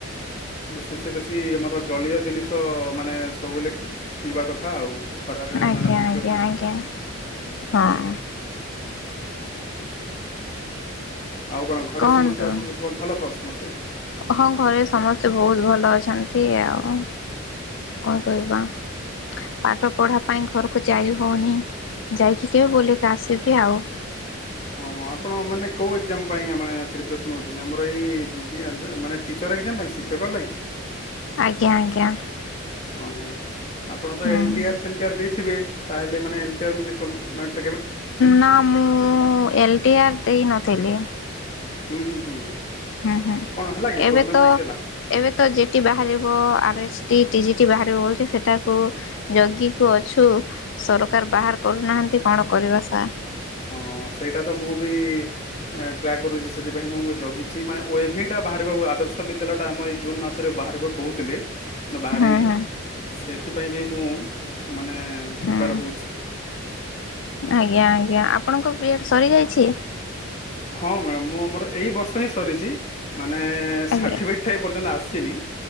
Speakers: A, on the left; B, on the left.
A: ବେଶୀ ସେ ବେଶୀ ଆମର ଜଳୀୟ ଜିନିଷ ମାନେ ସବୁବେଳେ ପିଇବା କ ଥା ଆଉ ଖରାରେ
B: ଆଜ୍ଞା
A: ମାନେ ବଞ୍ଚିବା
B: ଆଜ୍ଞା
A: ପାଇଁ
B: ଆଜ୍ଞା ହଁ
A: ଆଉ କଣ ଘରେ
B: କୁହନ୍ତୁ
A: ସମସ୍ତେ ଆପଣଙ୍କର ଭଲ ଭଲ ତ ସମସ୍ତେ?
B: ହଁ ଘରେ ସମସ୍ତେ ବହୁତ ଭଲ ଅଛନ୍ତି ଆଉ। ହଁ କହିବା ପାଠ ପଢା ପାଇଁ ଘରକୁ ଯାଇ ହଉନି। ଯାଇ କି ଯେ
A: ହଁ
B: ବୁଲିକି
A: ହଁ।
B: ଆସିଲି ଆଉ।
A: ହଁ ଆପଣ ମାନେ କଉ ଏକ୍ଜାମ ପାଇଁ ଆମେ ପ୍ରୀପେରେସନ ହେଉଛନ୍ତି ଆମର ଏଇ ମାନେ ଟିଚର ଏକ୍ଜାମ ପାଇଁ ଶିକ୍ଷକ ର ଲାଗି।
B: ଆଜ୍ଞା ଆଜ୍ଞା
A: ହଁ ଆପଣ ତ
B: ହୁଁ।
A: ଏଲଟିଆର ଫେଲ୍ଟିଆର ଦେଇଥିବେ। ତାହେଲେ ମାନେ ଏଲଟିଆର <unintelligible>
B: ନା ମୁଁ ଏଲଟି ଆର ଦେଇ ନଥିଲି।
A: ହୁଁ ହୁଁ ହୁଁ।
B: ହୁଁ ହୁଁ
A: କଣ ହେଲା କି
B: ଏବେ
A: ପ୍ରୋବ୍ଲେମ
B: ତ
A: କିଛି ହେଲା
B: ଏବେ ତ ଯେଠି ବାହାରିବ ଆରେ ଟି ଟି ଜିଟି ଓ ବାହାରିବଛି ସେଟାକୁ ଜଗିକୁ ଅଛୁ ସରକାର ବାହାର କରୁନାହାନ୍ତି କଣ କରିବା ସାର୍।
A: ହଁ ସେଇଟା ତ ମୁଁ ବି ଟ୍ରାକ୍ କରୁଛି ସେଥିପାଇଁ ମୁଁ ଜଗି। ଛିି ଓ ଏ ଭି ବାହାରିବ ଆଦର୍ଶ ବିଦ୍ୟାଳୟଟା ଆମ ଏଇ ଜୁନ୍ ମାସରେ ବାହାରିବ କହୁଥିଲେ। ବାହାରିନି
B: ହୁଁ ହୁଁ
A: ସେଥିପାଇଁ ବି ମୁଁ ମାନେ
B: ହୁଁ।
A: ପ୍ରିପେର ହଉଛି।
B: ଆଜ୍ଞା ଆଜ୍ଞା ଆପଣଙ୍କ ବିଏଡ ସରିଯାଇଛି।
A: ହଁ ମ୍ୟାଡାମ ମୁଁ ମୋର ଏଇ ବର୍ଷ ହିଁ ସରିଛି। ମାନେ
B: ଆଜ୍ଞା।
A: ସାର୍ଟିଫିକେଟ୍ ଏପର୍ଯ୍ୟନ୍ତ ଆସ ସିନି